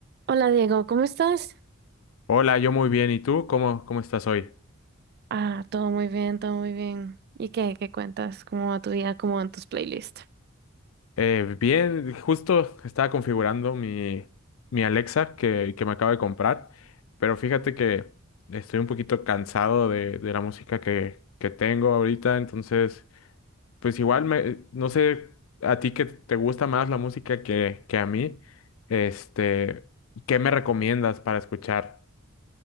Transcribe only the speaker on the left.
Hola, yo muy bien. ¿Y tú? ¿Cómo, cómo estás hoy?
Eh, bien, justo estaba configurando mi, mi Alexa que, que me acabo de comprar, pero fíjate que estoy un poquito cansado de, de la música que, que tengo ahorita, entonces, pues igual me, no sé a ti que te gusta más la música que, que a mí, este, ¿qué me recomiendas para escuchar?